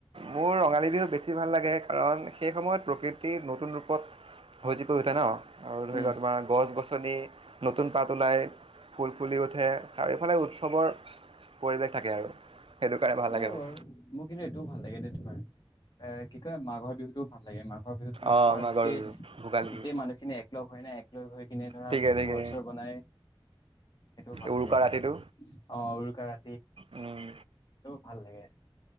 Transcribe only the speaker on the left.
উম,
এইটো
হয়
বাৰু মোৰ কিন্তু এইটোও ভাল লাগে দ তোমাৰ এ কি কয় মাঘৰ বিহুতটো ভাল াল লাগ মাঘৰ বিহুত মানে
তোমাৰ
গোটেই
গোটেই
মানুহখিনি এক লগগ হৈ নাই এককলগ হৈ কিনে ধৰা
বিহু
ঘৰ চৰ বনাই সেইটোও ভাল
লাগে,
অ কৰা
ভাল লাগে